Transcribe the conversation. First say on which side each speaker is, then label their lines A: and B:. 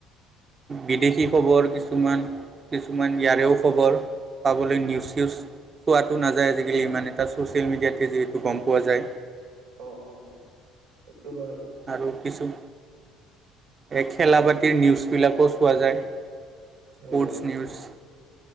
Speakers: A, on the right (about 35°); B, on the right (about 65°).
A: বিদেশী খবৰ কিছুমান। কিছুমান ইয়াৰেও খবৰ পাবলৈ নিউজ চিউজ। চোৱাটো নাযায়। আজিকালি ইমান এটা ছ'চিয়েল মিডিয়াত যিহেতু গ'ম পোৱা যায়।
B: অ' অ' সেইটো হয়।
A: আৰু কিছু। এই খেলা পাতিৰ নিউজবিলাকো চোৱা যায়। স্পৰ্টছ
B: উম,
A: নিউজ।